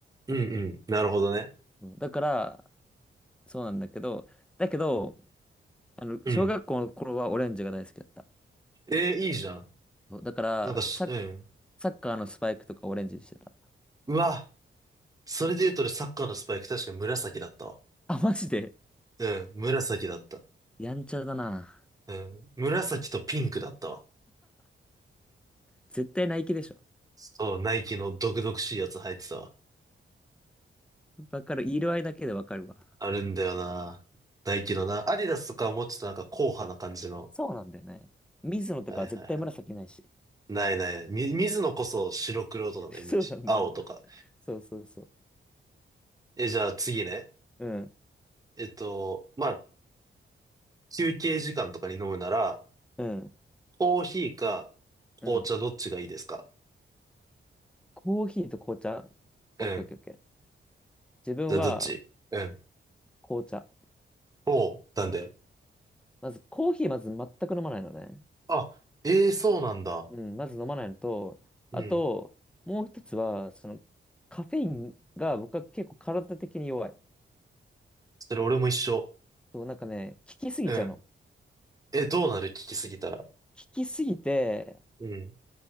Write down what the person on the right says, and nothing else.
うんうん。なるほどね。
うん。
えーいいじゃん。
なんかし、
うん。
うわ、それで言うと俺サッカーのスパイク確かに紫だったわ。
うん、紫だった。
うん。紫とピンクだったわ。
そう、ナイキの毒々しいやつ入ってたわ。
あるんだよな。ナイキのな。アディダスとかはもうちょっとなんか硬派な感じの。
はいはいはい。ないない。み、水野こそ白黒とかのイメージ。
青とか。
え、じゃあ次ね。
えっと、まあ、休憩時間とかに飲むなら、
コーヒーか
紅茶どっちがいいですか
うん。
じゃあどっちうん。
おう、なんだよ。
あ、ええそうなんだ。
うん。
それ俺も一緒。
うん。
え、どうなる聞きすぎたら。
うん。